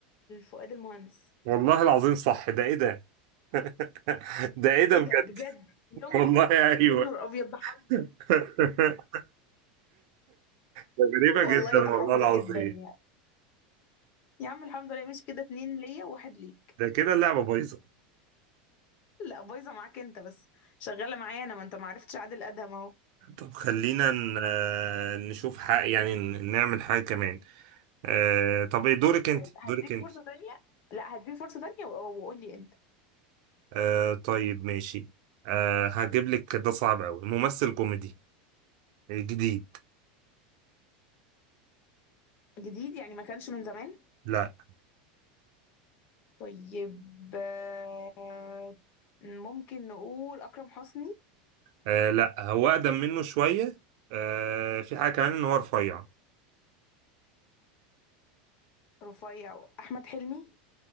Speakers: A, on the left; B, on the right.
A: فؤاد المهندس
B: والله العظيم صح ده ايه ده <laughs> ده ايه ده
A: ايه
B: بجد
A: ده بجد يا نهار
B: والله ايوه
A: يا نهار ابيض ده حظ
B: <laughs> ده غريبة جدا
A: والله ده
B: والله
A: حظ
B: العظيم
A: جدا يعني يا عم الحمد لله مش كده اتنين ليا وواحد ليك
B: ده كده اللعبة بايظة
A: لا بايظه معاك انت بس شغاله معايا انا ما انت ما عرفتش عادل ادهم اهو
B: طب خلينا ن- آه، نشوف حق يعني ن- نعمل حاجة كمان آه، طب ايه دورك انت
A: طيب هديك
B: دورك انت
A: فرصة تانية لا هديك فرصة تانية و- وقول لي انت
B: آه طيب ماشي آه هجيب لك ده صعب قوي ممثل كوميدي جديد
A: جديد يعني ما كانش من زمان
B: لا
A: طيب آه، ممكن نقول أكرم حسني
B: آه لا هو اقدم منه شويه آه في حاجه كمان ان هو رفيع
A: رفيع أحمد حلمي